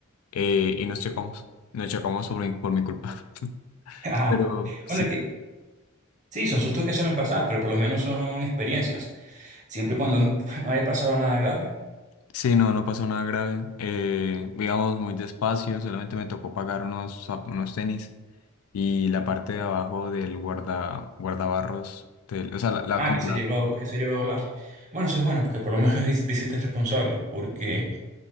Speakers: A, on the left (about 80°); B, on the right (about 35°).
A: eh, y nos chocamos. Nos chocamos por mi, por mi culpa. <laughs>
B: Ah,
A: Pero sí,
B: bueno, es que sí, son sustos que suelen pasar, pero por lo menos son experiencias. Siempre y cuando no, <laughs> no haya pasado nada grave.
A: sí, no, no pasó nada grave. Eh, íbamos muy despacio, solamente me tocó pagar unos, zap- unos tenis y la parte de abajo del guarda, guardabarros, del- o sea, la, la,
B: Ah,
A: como
B: que se
A: la-
B: llegó, a- que se llegó a hablar. Bueno, eso es bueno, porque por lo menos <laughs> te te hiciste responsable, porque